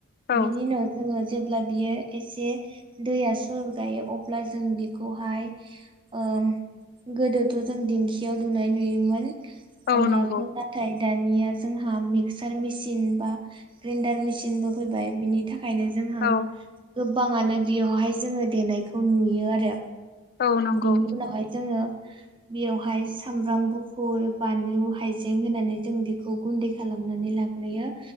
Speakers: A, on the left; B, on the right.
A: औ
B: बिनि उनाव जोङो जेब्ला बियो एसे दैया सुर गायो अब्ला जों बिखौहाय ओ ओम गोदोथ' जों दिंखियाव दुनाय नुयोमोन
A: औ
B: अनलाखौ
A: नंगौ
B: नाथाय दानिया जोंहा मिक्सार मिसिन बा ग्रेन्डार मेसिनबो फैबाय बिनि थाखायनो जोंहा
A: औ
B: गोबाङानो बेयावहाय जोङो देनायखौ नुयो आरो
A: औ नंगौ
B: बिनि उनावहाय जोङो बेयावहाय सामब्राम गुफुर बानलु हाइजें होनानै जों बेखौ गुन्दै खालामनानै ला नुयो